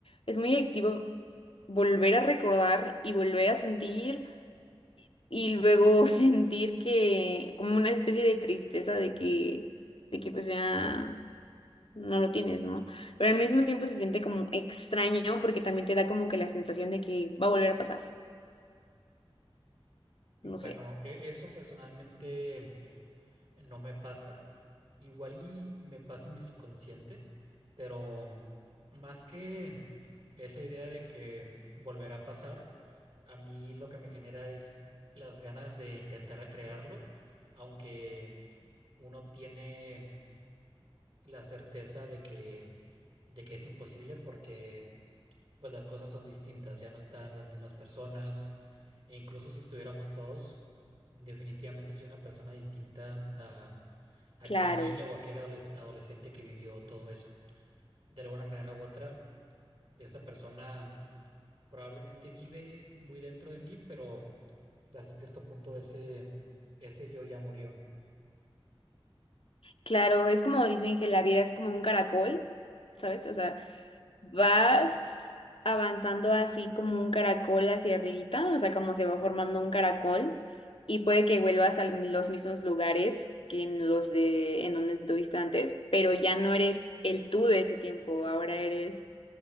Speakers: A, on the left (about 65°); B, on the right (about 65°).
A: Es muy adictivo volver a recordar y volver a sentir y luego <laughs> sentir que como una especie de tristeza de que, de que pues ya... no lo tienes, ¿no? Pero al mismo tiempo se siente como extraño porque también te da como que la sensación de que va a volver a pasar,
B: Bueno,
A: no sé.
B: e- eso personalmente no me pasa. Igual y me pasa en mi subconsciente, pero mm, más que esa idea de que volverá a pasar, a mí lo que me genera es las ganas de intentar recrearlo, aunque uno tiene la certeza de que, de que es imposible porque pues las cosas son distintas, ya no están las mismas personas, e incluso si estuviéramos todos, definitivamente soy una persona distinta a aquel
A: Claro,
B: niño o aquel adolesc- adolescente que vivió todo eso. De alguna manera u otra, esa persona probablemente vive muy dentro de mí, pero hasta cierto punto ese, ese yo ya murió.
A: claro, es como dicen que la vida es como un caracol, ¿sabes? O sea, vas avanzando así como un caracol hacia arribita, o sea, como se va formando un caracol y puede que vuelvas a los mismos lugares que en los de en donde estuviste antes, pero ya no eres el tú de ese tiempo, ahora eres